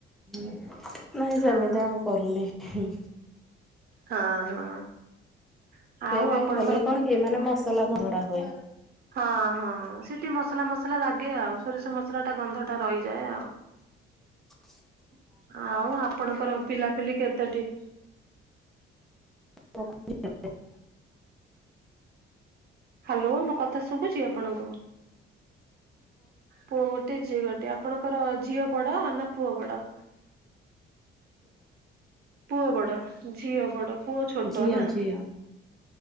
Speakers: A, in the centre; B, on the right (about 50°).
A: ନାଇଁ ସେମିତି
B: ହଁ
A: ଆମେ କରୁନି। ହୁଁ
B: ହଁ ହଁ। ଆଉ
A: ସେଇ <unintelligible>
B: ଆପଣଙ୍କର
A: କଲେ କଣ କି ମାନେ ମସଲା କ ଧଡା ହୁଏ।
B: ହଁ ହଁ ସେଠି ମସଲା ମସଲା ଲାଗେ ଆଉ ସୋରିଷ ମସଲାଟା ଗନ୍ଧଟା ରହିଯାଏ ଆଉ
A: <unintelligible>
B: ଆଉ ଆପଣଙ୍କର ପିଲାପିଲି କେତେଟି?
A: <unintelligible>
B: ହ୍ୟାଲୋ ମୋ କଥା ଶୁଭୁଛି ଆପଣଙ୍କୁ? ପୁଅ ଗୋଟେ ଝିଅ ଗୋଟେ ଆପଣଙ୍କର ଝିଅ ବଡ ନା ପୁଅ ବଡ? ପୁଅ ବଡ ଝିଅ ବଡ ପୁଅ ଛୋଟ
A: ଝିଅ
B: ନା।
A: ଝିଅ